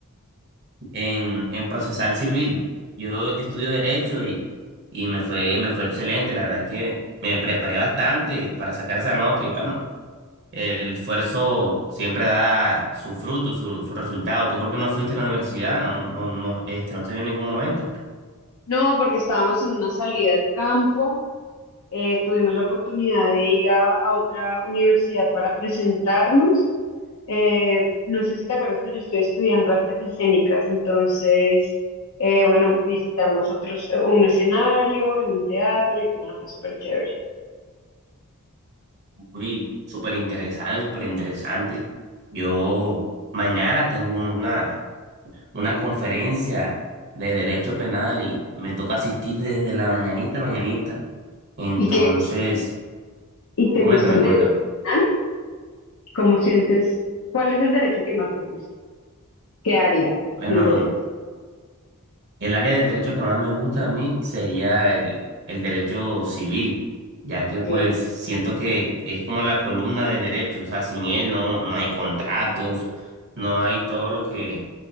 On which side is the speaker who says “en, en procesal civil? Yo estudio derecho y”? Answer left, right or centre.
Right